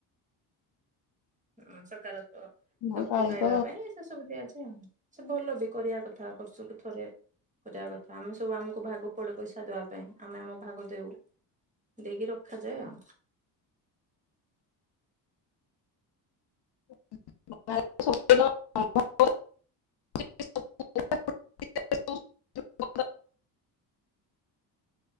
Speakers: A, on the right (about 15°); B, on the left (about 55°).
A: ହୁଁ। ସକାରାତ୍ମକ
B: ମା
A: ଶକ୍ତି
B: କାଳୀଙ୍କ
A: ପାଇବା ପାଇଁ ସେ ସବୁ ଦିଆଯାଏ ଆଉ। ସେ ଭଲ ବି କରିବା କଥା ବର୍ଷ କୁ ଥରେ। କରିବା କଥା। ଆମେ ସବୁ ଆମକୁ ଭାଗ ପଡେ ପଇସା ଦେବା ପାଇଁ। ଆମେ ଆମ ଭାଗ ଦେଉ। ଦେଇକି ରଖାଯାଏ ଆଉ।
B: <inaudible> <inaudible>